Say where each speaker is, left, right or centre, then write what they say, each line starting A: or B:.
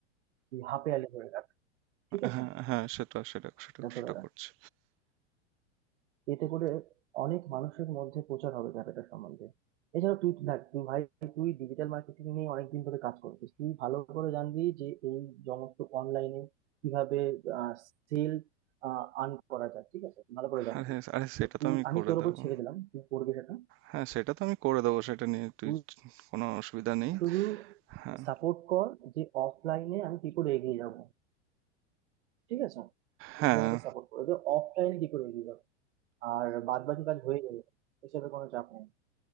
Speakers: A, on the right (about 75°); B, on the right (about 40°).
A: তুই হাফ ইয়ারলি ধরে রাখ ঠিক আছে
B: হ্যাঁ হ্যাঁ সেটা সেটা সেটা
A: এটা ধরে
B: সেটা
A: রাখ
B: করছি
A: এতে করে অনেক মানুষের মধ্যে প্রচার হবে ব্যাপারটা সম্বন্ধে এছাড়া তুই দেখ তুই ভাই তুই ডিজিটাল মার্কেটিং নিয়ে অনেকদিন ধরে কাজ করছিস তুই ভালো করে জানবি যে এই সমস্ত অনলাইনে কিভাবে সেল আর্ন করা যায় ঠিক আছে ভালো করে জানবি
B: আরে আরে সেটা
A: তো তুই
B: তো আমি
A: আমি
B: করে
A: তোর
B: দেবো
A: উপর ছেড়ে দিলাম তুই করবি সেটা
B: হ্যাঁ সেটা তো আমি করে দেবো সেটা নিয়ে তুই
A: তুই
B: কোনো অসুবিধা নেই
A: শুধু
B: হ্যাঁ
A: সাপোর্ট কর যে অফলাইনে আমি কি করে এগিয়ে যাব ঠিক আছে তুই
B: হ্যাঁ
A: শুধু আমাকে সাপোর্ট কর যে অফলাইনে কি করে এগিয়ে যাবো আর বাদ বাকি কাজ হয়ে যাবে এসবের কোনো চাপ নেই